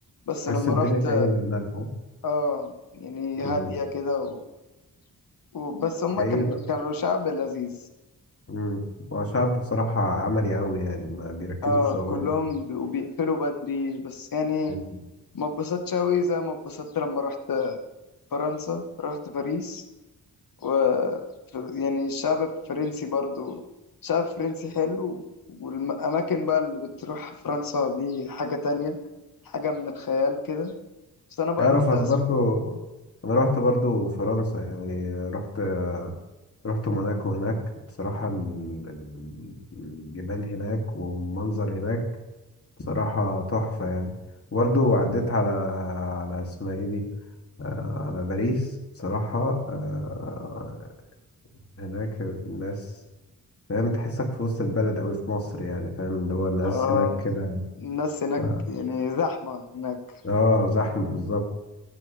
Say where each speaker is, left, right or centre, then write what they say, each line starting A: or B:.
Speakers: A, on the left (about 65°); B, on the left (about 40°).
A: بس
B: تحس
A: لما
B: الدنيا
A: رحت
B: كئيبة هناك ها؟
A: اه يعني هاديه
B: مم.
A: كده و... وبس هما
B: كئيبة
A: كان كانوا شعب لذيذ
B: مم. هو شعب بصراحة عملي أوي يعني ما بيركزوا
A: اه
B: في شغلهم
A: كلهم بيبقوا بيقفلوا بدري بس يعني
B: مم.
A: ما اتبسطتش أوي زي ما اتبسطت لما رحت فرنسا رحت باريس و يعني الشعب الفرنسي برضو شعب فرنسي حلو والأماكن بقى اللي بتروح فرنسا دي حاجة تانية حاجة من الخيال كده بس أنا بقى
B: يعرف
A: رحت
B: أنا
A: أسبانيا
B: برضو أنا رحت برضو فرنسا يعني رحت رحت موناكو هناك بصراحة ال- ال- الجبال هناك والمنظر هناك بصراحة تحفة يعني برضو عديت على على اسمها ايه دي آه، على باريس بصراحة آه، هناك الناس فاهم تحسك في وسط البلد أوي في مصر يعني فاهم اللي هو الناس
A: آه
B: هناك كده
A: الناس هناك
B: ف...
A: يعني زحمة هناك
B: اه زحمة بالظبط